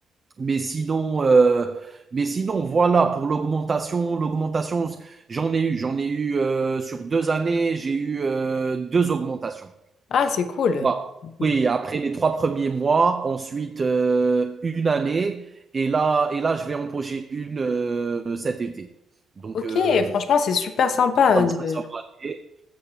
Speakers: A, on the right; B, on the left.
A: Mais sinon, euh, mais sinon, voilà pour l'augmentation. L'augmentation, j'en ai eu, j'en ai eu euh, sur deux années, j'ai eu euh, deux augmentations.
B: Ah, c'est cool.
A: Voilà.
B: C'est cool.
A: Oui, après les trois premiers mois, ensuite euh, une année, et là, et là, je vais empocher une euh, cet été. Donc
B: Ok,
A: euh,
B: franchement, c'est super sympa
A: c'est comme
B: euh, de...
A: ça que ça va aller.